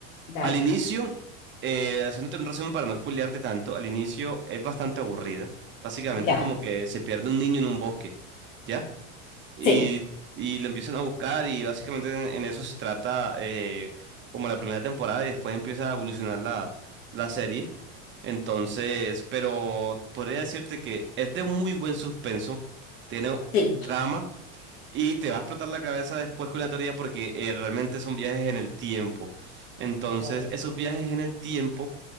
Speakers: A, on the left (about 80°); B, on the right (about 30°).
A: Dark.
B: Al inicio, eh, haciéndote un resumen para no spoilearte tanto, al inicio es bastante aburrida. Básicamente
A: Ya,
B: es como que se pierde un niño en un bosque, ¿ya? Y,
A: sí,
B: y lo empiezan a buscar y básicamente en, en eso se trata eh, como la primera temporada y después empieza a evolucionar la, la serie. Entonces, pero podría decirte que es de muy buen suspenso, tiene
A: sí.
B: drama. Y te va a explotar la cabeza después con la teoría porque eh, realmente son viajes en el tiempo. Entonces,
A: Oh.
B: esos viajes en el tiempo